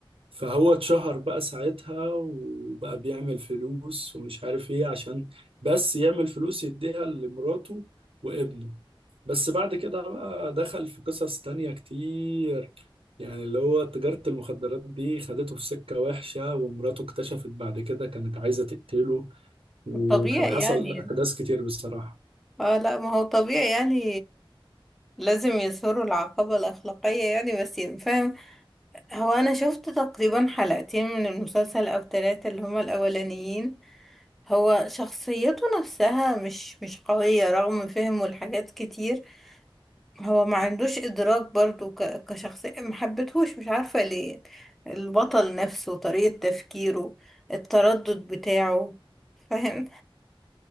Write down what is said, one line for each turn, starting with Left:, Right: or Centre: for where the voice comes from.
Right: فهو اتشهر بقى ساعتها وبقى بيعمل فلوس ومش عارف ايه عشان بس يعمل فلوس يديها لمراته وابنه بس بعد كده بقى دخل في قصص تانية كتير يعني اللي هو تجارة المخدرات دي خدته في سكة وحشة ومراته اكتشفت بعد كده كانت عايزة تقتله وكان
Centre: طبيعي
Right: حصل
Centre: يعني
Right: أحداث كتير بصراحة
Centre: اه لا ما هو طبيعي يعني لازم يظهروا العقبة الأخلاقية يعني بس فاهم هو أنا شفت تقريبا حلقتين من المسلسل أو تلاتة اللي هما الأولانيين هو شخصيته نفسها مش مش قوية رغم فهمه لحاجات كتير هو ما عندوش إدراك برضو ك- كشخصية ما حبيتهوش مش عارفة ليه البطل نفسه طريقة تفكيره التردد بتاعه فاهم